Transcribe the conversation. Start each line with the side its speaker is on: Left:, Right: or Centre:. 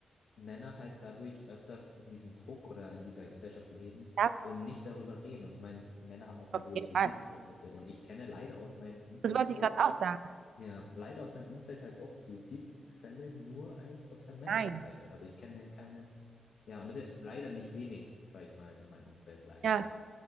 Left: Männer halt dadurch öfters in diesem Druck oder in dieser Gesellschaft leben
Right: ja,
Left: und nicht darüber reden. Und ich meine, Männer haben auch eine
Right: auf
Left: hohe
Right: jeden
Left: Suizidquote.
Right: Fall.
Left: Und ich kenne leider aus meinem Umfeld
Right: Das wollte
Left: auch,
Right: ich gerade auch sagen.
Left: ja, leider aus meinem Umfeld halt auch Suizidfälle nur eigentlich aus der männlichen
Right: Nein.
Left: Seite. Also ich kenne keine, ja, und das ist jetzt leider nicht wenig, sag ich mal, in meinem Umfeld, leider.
Right: Ja,